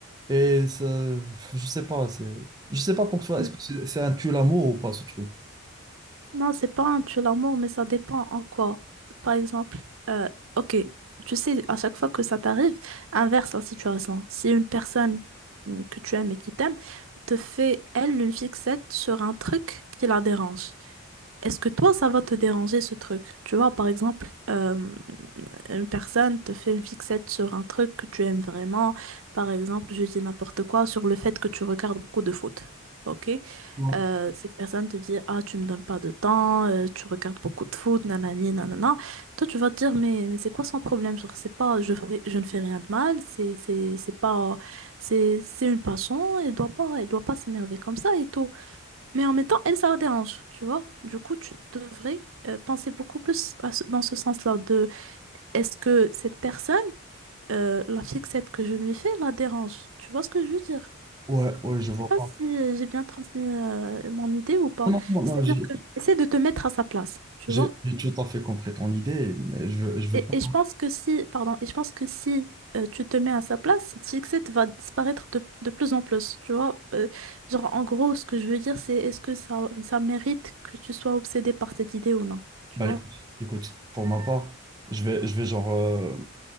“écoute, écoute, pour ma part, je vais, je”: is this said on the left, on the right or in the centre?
Right